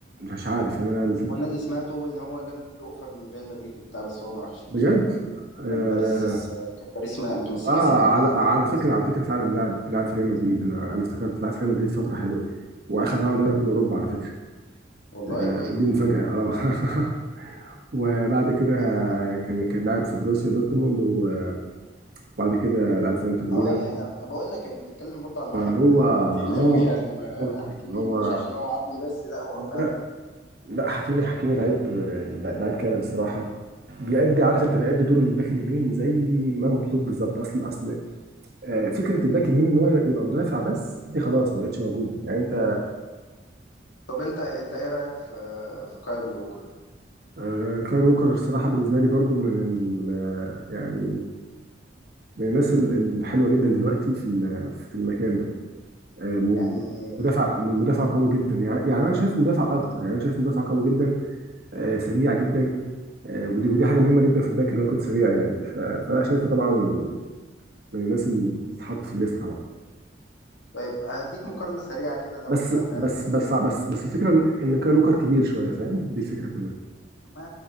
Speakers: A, on the right (about 55°); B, on the left (about 90°).
A: مش عارف يعني انا
B: وانا اللي سمعته ان هو جاله اوفر من ريال مدريد وبتاع بس هو ما راحش
A: بجد اه,
B: كان باريس آه، كان باريس ما- متمسكه
A: آه
B: بيه
A: على
B: وكده
A: على فكره على فكره فعلا لاعب لاعب في ريال مدريد انا انا افتكرت لاعب في ريال مدريد فتره حلوه واخد معاهم دوري ابطال اوروبا على فكره
B: والله
A: آه، دي مفاجأة اه <laughs> وبعد كده كان كان لاعب في بروسيا دورتموند وبعد كده لعب في انتر ميلان
B: اه يعني ما انا بقول لك انت بتتكلم برضه عن
A: فهو
B: واحد
A: اه
B: تي- تقيل قوي يعني ما
A: بالظبط
B: حكيمي
A: هو
B: مش عشان هو عربي بس لا هو فعلا
A: لا لا حكيمي حكيمي لعيب لعيب كامل الصراحة بيأدي عارف انت بيأدي دور الباك اليمين زي ما مطلوب بالظبط اصل اصل آه، فكرة الباك اليمين ان هو يبقى مدافع بس دي خلاص ما بقتش موجودة يعني انت
B: طب انت انت ايه رايك في في كايل ووكر
A: آه، كايل ووكر الصراحة بالنسبة لي برضو من ال آه، يعني من الناس ال- الحلوه جدا دلوقتي في ال- في المكان ده آه، م-
B: يعني
A: مدافع م- مدافع قوي جدا يعني يعني انا شايفه مدافع اكتر يعني انا شايفه مدافع قوي جدا آه، سريع جدا آه، ودي ودي حاجه مهمه جدا في الباك ان هو يكون سريع يعني ف- فانا شايفه طبعا من الناس اللي تتحط في الليسته طبعا
B: طيب هديك مقارنه سريعه كده لو
A: بس
B: انت فاهم
A: بس بس بس بس الفكره ان إن كالوكر كبير شويه فاهم دي الفكره كلها
B: ما,